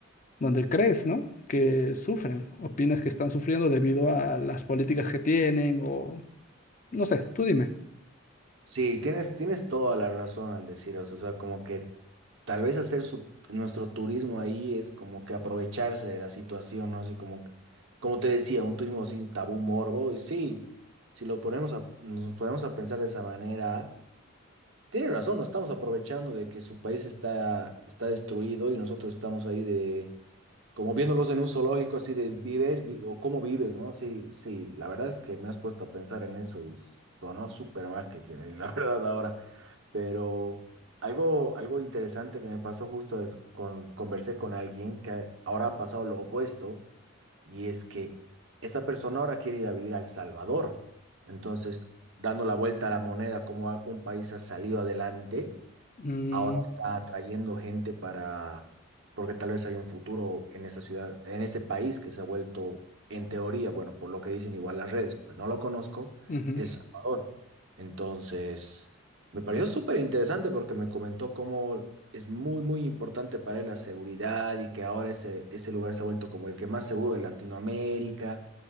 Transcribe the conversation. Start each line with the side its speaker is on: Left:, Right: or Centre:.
Left: donde crees, ¿no? que sufren, opinas que están sufriendo debido a las políticas que tienen o no sé, tú dime.
Right: Sí, tienes, tienes toda la razón al decir eso, o sea, como que tal vez hacer su, nuestro turismo ahí es como que aprovecharse de la situación, ¿no? Así como, que- como te decía, un turismo así tabú morbo, y sí, si lo ponemos a, nos ponemos a pensar de esa manera, tiene razón, nos estamos aprovechando de que su país está, está destruido y nosotros estamos ahí de, como viéndolos en un zoológico, así de vives Vi- o cómo vives, ¿no? Sí, sí, la verdad es que me has puesto a pensar en eso y sonó súper mal que quiero ir, <laughs> la verdad, ahora. Pero algo, algo interesante que me pasó justo al- con, conversé con alguien que ahora ha pasado lo opuesto y es que esa persona ahora quiere ir a vivir a El Salvador. Entonces, dando la vuelta a la moneda, como un país ha salido adelante
Left: Mm,
Right: ahora está atrayendo gente para, porque tal vez hay un futuro en esa ciudad, en ese país que se ha vuelto, en teoría, bueno, por lo que dicen igual las redes, porque no lo conozco,
Left: ujú,
Right: El Salvador. Entonces, me pareció súper interesante porque me comentó cómo es muy, muy importante para él la seguridad y que ahora ese, ese lugar se ha vuelto como el que más seguro de Latinoamérica.